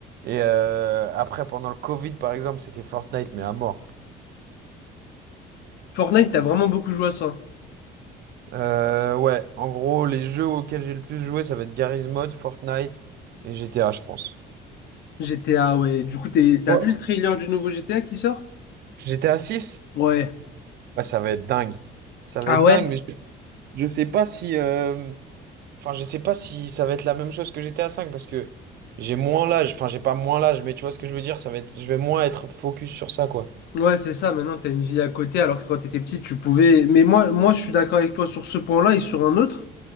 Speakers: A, on the right; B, on the left.
A: Et euh, après, pendant le Covid, par exemple, c'était Fortnite, mais à mort.
B: Fortnite, t'as vraiment beaucoup joué à ça.
A: Euh, ouais, en gros, les jeux auxquels j'ai le plus joué, ça va être Garry's Mod, Fortnite et GTA, je pense.
B: GTA, ouais. Du coup, t'es- t'as
A: Toi,
B: vu le trailer du nouveau GTA qui sort?
A: GTA six
B: Ouais.
A: Ouais, ça va être dingue. Ça va
B: Ah
A: être
B: ouais?
A: dingue, mais je, je sais pas si, euh, Enfin, je sais pas si ça va être la même chose que GTA 5 parce que j'ai moins l'âge. Enfin, j'ai pas moins l'âge, mais tu vois ce que je veux dire, ça va être... je vais moins être focus sur ça, quoi.
B: Ouais, c'est ça. Maintenant, t'as une vie à côté, alors que quand t'étais petit, tu pouvais. Mais moi, moi, je suis d'accord avec toi sur ce point-là et sur un autre.